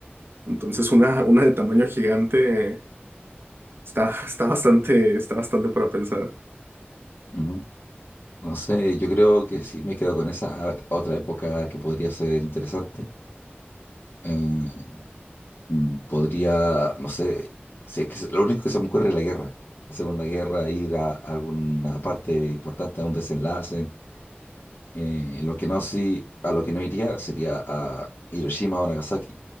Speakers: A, on the right; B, on the left.
A: Entonces, una, una de tamaño gigante. Está, está bastante, está bastante para pensar.
B: Ujú. No sé, yo creo que sí me quedo con esa. A ver, otra época que podría ser interesante. eh, mm, podría, no sé, si es que se- lo único que se me ocurre es la guerra. La Segunda Guerra, ir a alguna parte importante, a un desenlace. Eh, lo que no, sí, a lo que no iría sería a Hiroshima o Nagasaki.